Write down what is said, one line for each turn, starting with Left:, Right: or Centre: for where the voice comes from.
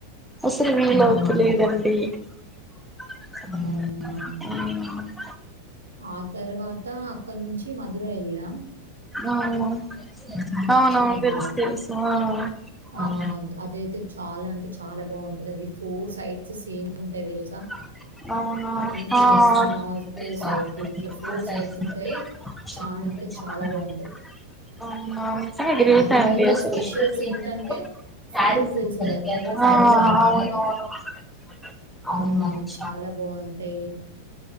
Centre: అసలు వీలవుతలేదండి
Right: హుహు.
Centre: <unintelligible>
Right: అవునా! ఆ తర్వాత అక్కడ నుంచి మధుర వెళ్ళాం
Centre: అవు అవున అవును
Right: టెంపుల్.
Centre: తెలుసు తెలుసు అ
Right: ఆహ్, అదైతే చాలా అంటే చాలా బావుంటది. అవి సైడ్స్ సేమ్ ఉంటాయి తెలుసా!
Centre: ఆ
Right: ఈస్ట్, వెస్ట్, నార్త్, సౌత్ ఇట్లా సైడ్స్
Centre: అ
Right: ఉంటాయి. చాలా అంటే చాలా బావుంటాయి.
Centre: అ
Right: మధురైలో స్పెషల్స్ ఏంటంటే శారీస్ తెలుసు
Centre: అవునువును
Right: గదా! కేరళ శారీస్‌లా ఉంటాయి. అవును. అవి చాలా బావుంటై.